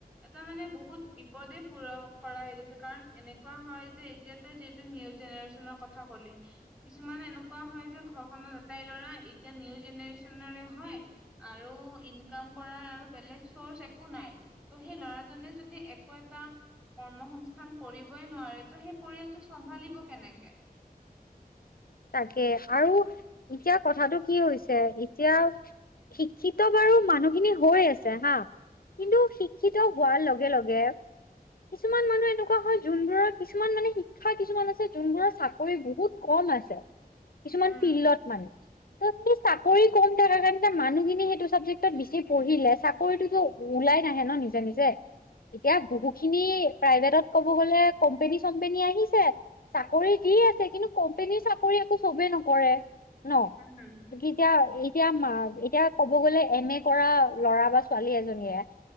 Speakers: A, in the centre; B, on the left (about 65°).
A: এটা মানে বহুত বিপদ প পুৰা কৰা হৈ গৈছে কাৰণ এনেকুৱা হয় যে এতিয়া, যিহটো নিউ জেনেৰেচনৰ কথা ক'লি কিছুমান এনেকুৱা হয় যে ঘৰখনত, তাই ল'ৰা এতিয়া নিউ জেনেৰেশ্যনৰে হয়। আৰু ইনকাম কৰাৰ আৰু বেলেগ চৰ্চ একো নাই। ত' সেই ল'ৰাজনে যদি একো এটা কৰ্মসস্থান কৰিবই নোৱাৰে ত' সেই পৰিয়ালটো চম্ভালিব কেনেকে।
B: তাকে আৰু এতিয়া কথাটো কি হৈছে এতিয়া শিক্ষিত বাৰু মানুহখিনি হৈ আছে হা? কিন্তু শিক্ষিত হোৱাৰ লগে-লগে, কিছুমান মানুহ এনেকুৱা হয় যোনবোৰৰ কিছুমান মানে শিক্ষা কিছুমান আছে, যোনবোৰৰ চাকৰি বহুত কম আছে। কিছুমান
A: উম
B: ফিল্ডত মানে।
A: <inaudible>
B: ত সেই চাকৰি কম থকা কাৰণ মানুহখিনি সেইটো চাবজেক্টত বেছি পঢ়িলে চাকৰিতটোতো, ওলাই নাহে ন নিজে-নিজে, এতিয়া বহুখিনি প্ৰাইভেটত কব গলে কোম্পেনী চম্পেনী আহিছে। চাকৰি দি আছে কিন্তু কোম্পানীৰ চা কৰি একো চবেই নকৰে ন
A: উম
B: এতিয়া, এতিয়া মা এতিয়া কব গ'লে এম এ কৰা ল'ৰা বা ছোৱালী এজনীয়ে,